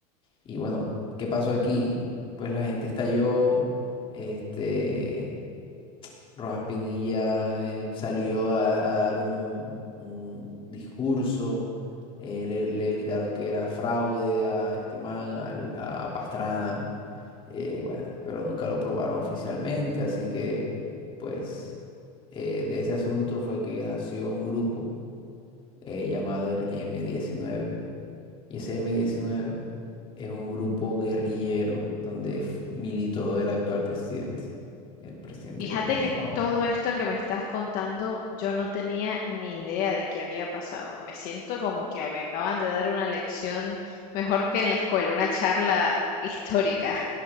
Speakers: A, on the left; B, on the left.
A: Y bueno, ¿qué pasó aquí? Pues la gente estalló, este, Rojas Pinilla eh, salió a, a dar un, un discurso, eh, le, le gritaron que era fraude a este man, al- a, Pastrana, eh, bueno, pero nunca lo probaron oficialmente, así que pues eh, de ese asunto fue que nació un grupo eh, llamado el M19 y ese M-19 es un grupo guerrillero donde f- militó el actual presidente, el presidente
B: Fíjate
A: que tenemos
B: que
A: ahora.
B: todo esto que me estás contando, yo no tenía ni idea de qué había pasado. Me siento como que me acaban de dar una lección mejor que en la escuela, una charla <laughs> histórica.